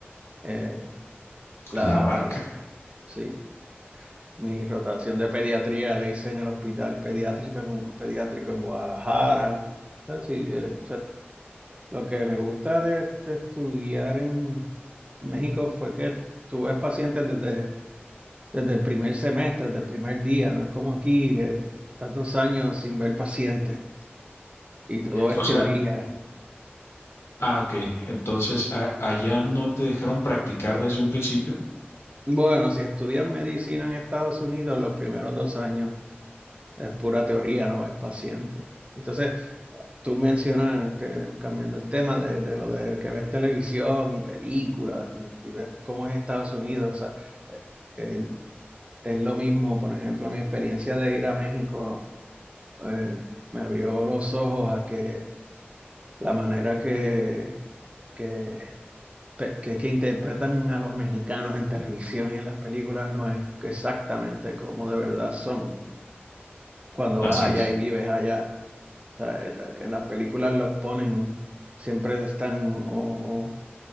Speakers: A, on the right; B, on the left.
A: eh, las,
B: La barca.
A: sí, mi rotación de pediatría la hice en el hospital pediátrico, en- pediátrico en Guadalajara. O sea, sí, eh, Lo que me gusta de, de estudiar en, en México fue que tú ves pacientes desde, desde el primer semestre, desde el primer día, no es como aquí, que estás dos años sin ver pacientes y todo es
B: O sea,
A: teoría.
B: ah, ok. Entonces, a- allá no te dejaron practicar desde un principio.
A: Bueno, si estudias medicina en Estados Unidos, los primeros dos años es pura teoría, no ves pacientes. Entonces, tú mencionas que, cambiando el tema de, de lo de que ves televisión y películas y, y ves cómo es Estados Unidos, o sea, eh, Es lo mismo, por ejemplo, mi experiencia de ir a México eh, me abrió los ojos a que la manera que, que, pe- que, que interpretan a los mexicanos en televisión y en las películas no es exactamente como de verdad son cuando
B: Así
A: vas allá
B: es.
A: y vives allá. O sea, eh, que en las películas los ponen, siempre están o,